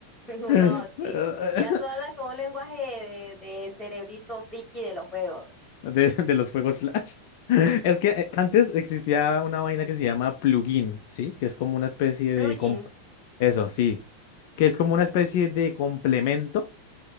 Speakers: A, in the centre; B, on the left (about 45°).
A: <laughs>
B: <laughs>
A: no, sí, ya tú hablas con un lenguaje de, de cerebrito friki de los juegos.
B: de, de los fuegos flash. <laughs> Es que eh, antes existía una vaina que se llama plugin, ¿sí? Que es como una especie
A: Plugin,
B: de... com- Eso, sí. Que es como una especie de complemento